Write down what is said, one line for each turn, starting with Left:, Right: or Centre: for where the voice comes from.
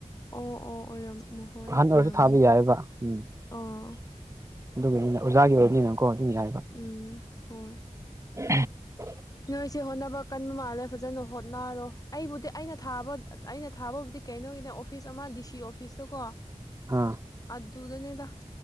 Left: ꯑꯣ ꯑꯣ ꯑꯣꯏꯔꯝꯃꯣ ꯍꯣꯏ
Right: ꯑꯍꯟ ꯑꯣꯏꯔꯁꯨ
Left: ꯑꯣꯏꯔꯝꯒꯅꯤ
Right: ꯊꯥꯕ ꯌꯥꯏꯑꯕ ꯎꯝ
Left: ꯑꯣ
Right: ꯑꯗꯨꯒꯤꯅꯤꯅꯦ ꯑꯣꯖꯥꯒꯤ ꯑꯣꯏꯕꯅꯤꯅꯀꯣ ꯑꯗꯨ‌ꯝ ꯌꯥꯏꯌꯦꯕ
Left: ꯎꯝ ꯍꫭꯏ
Right: <inaudible>
Left: ꯅꯣꯏꯁꯦ ꯍꯣꯠꯅꯕ ꯀꯟꯕ ꯃꯥꯜꯂꯦ ꯐꯖꯅ ꯍꯣꯠꯅꯔꯣ ꯑꯩꯕꯨꯗꯤ ꯑꯩꯅ ꯊꯥꯕ ꯑꯩꯅ ꯊꯥꯕꯕꯨꯗꯤ ꯀꯩꯅꯣꯒꯤꯅꯦ ꯑꯣꯐꯤꯁ ꯑꯃ ꯗꯤ ꯁꯤ ꯑꯣꯐꯤꯁꯇꫭ ꯀꯣ
Right: ꯑꯥ
Left: ꯑꯗꯨꯗꯅꯦꯗ